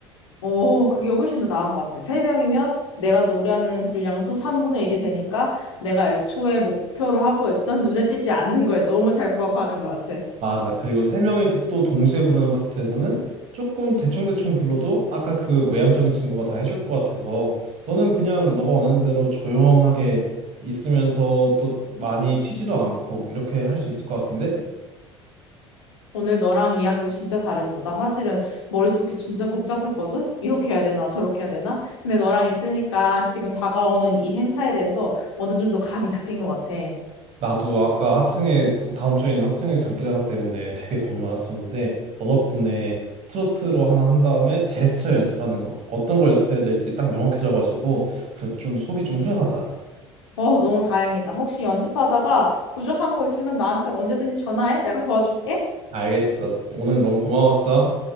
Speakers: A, on the left; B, on the right.
A: 오, 그게 훨씬 더 나은 것 같아. 세명이면 내가 노래하는 분량도 3분의 1이 되니까 내가 애초에 목표로 하고 있던 눈에 띄지 않는 거에 너무 잘 부합하는 것 같아.
B: 맞아. 그리고 세 명에서 또 동시에 부르는 파트에서는 조금 대충대충 불러도 아까 그 외향적인 친구가 다 해줄 것 같아서 너는 그냥 너가 원하는 대로 조용하게 있으면서 또 많이 튀지도 않고 이렇게 할 수 있을 것 같은데?
A: 오늘 너랑 이야기가 진짜 잘했어. 나 사실은 머릿속이 진짜 복잡했거든? 이렇게 해야 되나, 저렇게 해야 되나? 근데 너랑 있으니까 지금 다가오는 이 행사에 대해서 어느 정도 감이 잡힌 것 같아.
B: 나도 아까 학생회 다음 주에 있는 학생회 장기자랑 때문에 되게 고민 많았었는데 너 덕분에 트로트로 하나 한 다음에 제스처 연습하는 거 어떤 걸 연습해야 될지 딱 명확해져가지고 그래도 좀 속이 좀 후련하다.
A: 어, 너무 다행이다. 혹시 연습하다가 부족한 거 있으면 나한테 언제든지 전화해. 내가 도와줄게.
B: 알겠어. 오늘 너무 고마웠어.